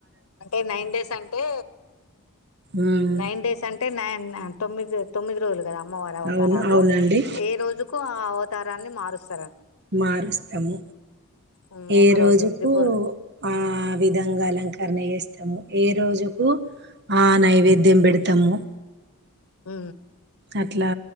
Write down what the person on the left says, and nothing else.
అంటే నైన్ డేస్ అంటే
నైన్ డేస్ అంటే నైన్ నా తొమ్మిది తొమ్మిది రోజులు కదా అమ్మవారి అవతారలు
ఏ రోజుకు ఆ అవత తారాన్ని మారుస్త
ఉమ్,
ఒక
రోజు త్రిపుర్
ఉ